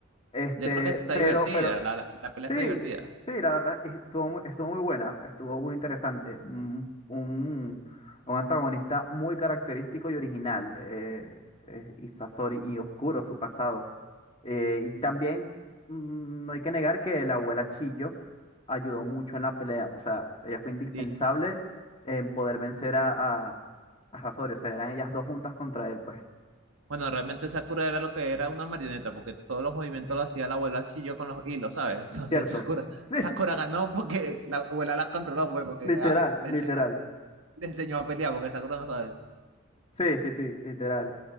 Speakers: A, on the left; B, on the right.
A: este,
B: yo creo que está
A: pero,
B: divertida,
A: pero
B: la, la, la pelea
A: Sí,
B: está divertida.
A: sí, la verdad es- estuvo muy, estuvo muy buena, estuvo muy interesante. Un, un- un antagonista muy característico y original, eh, eh, y Sasori, y oscuro su pasado. Eh, y también mm, no hay que negar que la abuela Chillo ayudó mucho en la pelea, o sea, ella fue indispensable
B: Sí.
A: en poder vencer a, a, a Sasori, o sea, eran ellas dos juntas contra él, pues.
B: Bueno, realmente Sakura era lo que era una marioneta, porque todos los movimientos lo hacía la abuela Chilló con los hilos, ¿sabes? <laughs> Entonces
A: ¿Cierto?
B: Sakura,
A: <laughs> Sí,
B: Sakura ganó porque la abuela la controló, pues, porque
A: literal,
B: ah, le
A: literal.
B: ense- le enseñó a pelear, porque Sakura no sabe.
A: Sí, sí, sí, literal.